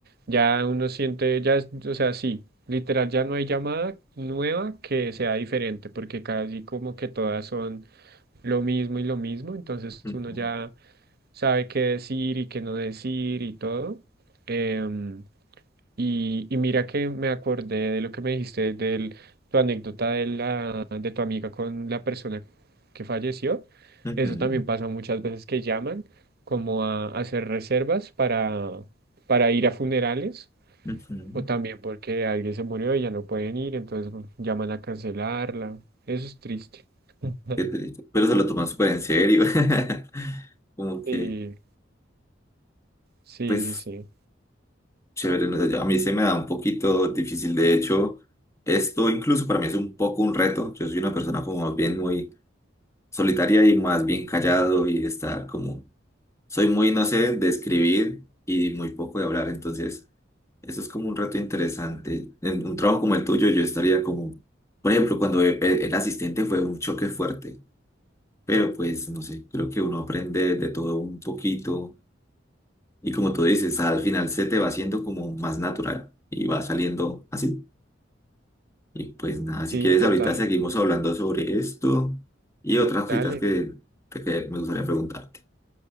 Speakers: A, on the right; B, on the left.
A: ya uno siente, ya, es- o sea, sí, literal, ya no hay llamada nueva que sea diferente, porque casi como que todas son lo mismo y lo mismo, entonces
B: Ujú,
A: uno ya sabe qué decir y qué no decir y todo. Em, y, y mira que me acordé de lo que me dijiste de tu anécdota de la, de tu amiga con la persona que falleció.
B: ujú.
A: Eso también pasa muchas veces que llaman como a, a hacer reservas para, para ir a funerales
B: Ujú.
A: o también porque alguien se murió y ya no pueden ir, entonces llaman a cancelarla. Eso es triste. <laughs>
B: Qué triste. Pero se lo toman súper en serio. <laughs> Como que,
A: Sí, sí,
B: pues,
A: sí, sí.
B: chévere. no sé, yo- a mí se me da un poquito difícil. De hecho, esto incluso para mí es un poco un reto. Yo soy una persona como más bien muy solitaria y más bien callado y estar como... Soy muy, no sé, de escribir y muy poco de hablar. Entonces, eso es como un reto interesante. En un trabajo como el tuyo, yo estaría como... Por ejemplo, cuando e- e- era asistente fue un choque fuerte. Pero pues, no sé, creo que uno aprende de todo un poquito y como tú dices, al final se te va haciendo como más natural y va saliendo así. Y pues nada, si
A: Sí,
B: quieres
A: total.
B: ahorita seguimos hablando sobre esto y otras cositas
A: Dale,
B: que, que que me gustaría preguntarte.